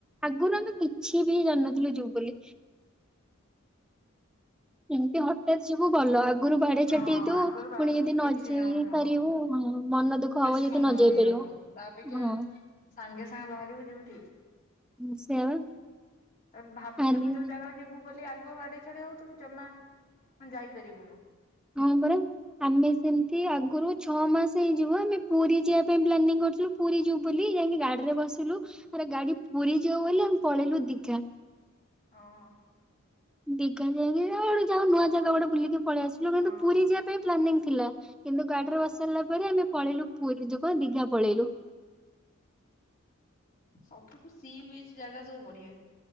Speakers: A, in the centre; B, on the left.
A: ଆଗରୁ ଆମେ କିଛି ବି ଜାଣିନଥିଲୁ ଯିବୁ ବୋଲି ଏମିତି ହଠାତ୍ ଯିବୁ ଭଲ ଘରୁ ବାଡେଇ
B: ହଁ
A: ଛାଟି ହେଇଥିବୁ
B: ଆଗରୁ ବା
A: ପୁଣି ଯଦି
B: କିଛି
A: ନ ଯାଇ
B: ହବନି ହଁ।
A: ପାରିବୁ ମନ ଦୁଃଖ
B: ବେଶୀ
A: ହବ ଯଦି
B: ମନ
A: ନ ଯାଇ
B: ଇଏ
A: ପାରିବ
B: ହବ ତା ଅପେକ୍ଷା
A: ହଁ।
B: ସାଙ୍ଗେ ସାଙ୍ଗେ ବାହାରିବୁ ଯିବୁ ଠିକ।
A: ହଁ ସେଇଆ ବା।
B: ତ ଆମେ ଭାବିଥିବୁ
A: ଆରେ
B: ଯୋଉ ଜାଗାକୁ ଯିବୁ ବୋଲି ଆଗୁଆ ବାଡେଇ ଛାଟି ହଉଥିବୁ ଜମା ଯାଇପାରିବୁନୁ।
A: ହଁ ପରା ଆମେ ସେମିତି ଆଗରୁ ଛଅ ମାସ ହେଇଯିବ ଆମେ ପୁରୀ ଯିବା ପାଇଁ ପ୍ଲାନିଂ କରିଥିଲୁ ପୁରୀ ଯିବୁ ବୋଲି ଯାଇକି ଗାଡିରେ ବସିଲୁ। ଆରେ ଗାଡି ପୁରୀ ଯିବ ବୋଲି ଆମେ ପଳେଇଲୁ ଦିଘା।
B: ହଁ।
A: ଦିଘା ଯାଇକି ଗୋଟେ ଯାହା ହଉ ନୂଆ ଜାଗା ଗୋଟେ ବୁଲିକି ପଳେଇ ଆସିଲୁ କିନ୍ତୁ
B: ହଁ
A: ପୁରୀ ଯିବା ପାଇଁ ପ୍ଲାନିଂ ଥିଲା କିନ୍ତୁ ଗାଡିରେ ବସିସାରିଲା ପରେ ଆମେ ପଳେଇଲୁ ପୁରୀ ଯୋଗୁ ଦିଘା ପଳେଇଲୁ।
B: ସବୁଠୁ ସି ବିଚ ଜାଗା ସବୁ ବଢିଆ।